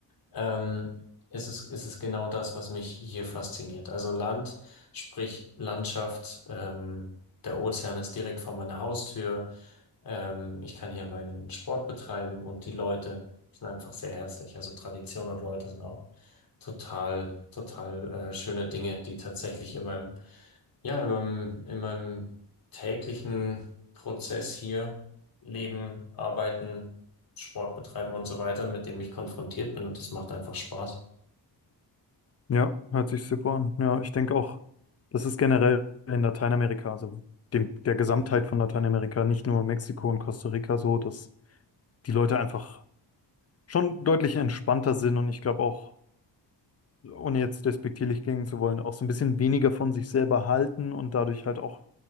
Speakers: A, on the left; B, on the left.
A: ähm, ist es, ist es genau das, was mich hier fasziniert. Also Land, sprich Landschaft, ähm, der Ozean ist direkt vor meiner Haustür. Ähm, ich kann hier meinen Sport betreiben und die Leute sind einfach sehr herzlich. Also Tradition und Leute sind auch total, total äh, schöne Dinge, die tatsächlich in meinem, ja, in meinem, in meinem täglichen Prozess hier leben, arbeiten, Sport betreiben und so weiter, mit dem ich konfrontiert bin und das macht einfach Spaß.
B: Ja, hört sich super an. Ja, ich denke auch, das ist generell in Lateinamerika, also dem, der Gesamtheit von Lateinamerika, nicht nur Mexiko und Costa Rica so, dass die Leute einfach schon deutlich entspannter sind und ich glaube auch, ohne jetzt despektierlich klingen zu wollen, auch so ein bisschen weniger von sich selber halten und dadurch halt auch